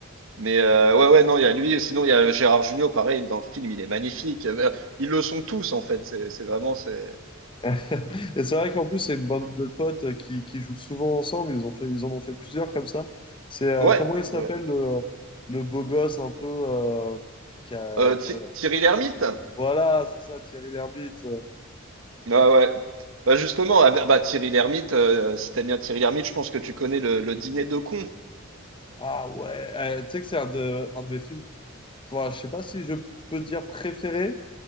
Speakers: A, on the right (about 70°); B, on the left (about 25°).
A: Mais euh, ouais, ouais, non, il y a lui, et sinon il y a Gérard Jugnot, pareil, dans le film, il est magnifique. Euh, bah, Ils le sont tous, en fait, c'est c'est vraiment, c'est...
B: <laughs> Et c'est vrai qu'en plus, c'est une bande de potes qui, qui jouent souvent ensemble. Ils ont fait, ils en ont fait plusieurs comme ça. C'est euh,
A: Ouais,
B: comment il s'appelle
A: ouais.
B: le, le beau gosse un peu euh, qui a-
A: Euh,
B: qui
A: Thi-
B: a-
A: Thierry Lhermitte?
B: Voilà, c'est ça, Thierry Lhermitte.
A: Ouais, ouais. Bah justement, ah, bah Thierry Lhermitte, euh, si t'aimes bien Thierry Lhermitte, je pense que tu connais le, le dîner de cons.
B: Ah ouais, Euh, tu sais que c'est un de, un de mes films. Enfin, je sais pas si je peux dire préféré,